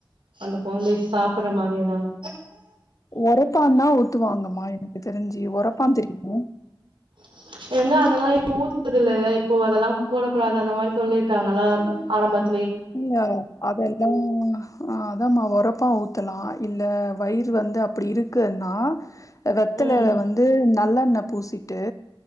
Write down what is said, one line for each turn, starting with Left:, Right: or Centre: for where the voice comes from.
Right: அந்த கொழந்தை சாப்புட்ற மாரி ஏதாவது
Left: ஒரைப்பாந்தா ஊத்துவாங்கமா எனக்கு தெரிஞ்சி ஒரப்பா தெரியுமா
Right: <inaudible> எங்க அதெல்லா இப்போ ஊத்றது இல்லல இப்போ அதெல்லா போடக்கூடாது அந்த மாரி சொல்லிட்டாங்களா ஆரம்பத்
Left: இல்ல அதெல் லா ஆ அதாம்மா ஒரப்பா ஊத்தலா இல்ல வயிறு வந்து அப்டி இருக்குன்னா வெத்தலைல
Right: ம்
Left: வந்து நல்லெண்ண பூசிட்டு